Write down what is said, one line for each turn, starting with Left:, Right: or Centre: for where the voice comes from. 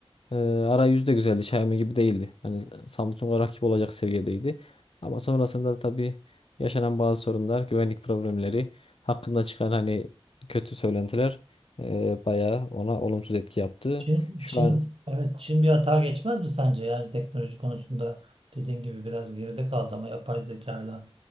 Left: Ee, arayüzü de güzeldi. Xiaomi gibi değildi. Hani Samsung'a rakip olacak seviyedeydi. Ama sonrasında tabii yaşanan bazı sorunlar, güvenlik problemleri, hakkında çıkan hani kötü söylentiler e, bayağı ona olumsuz etki yaptı.
Right: Çin,
Left: Şu
Right: Çin,
Left: an
Right: evet Çin bir hata geçmez mi sence? Yani teknoloji konusunda dediğin gibi biraz geride kaldı ama yapay zekayla